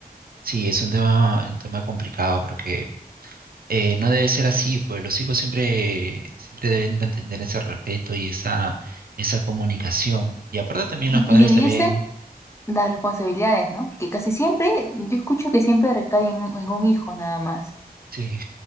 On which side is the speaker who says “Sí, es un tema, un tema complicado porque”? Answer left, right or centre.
Right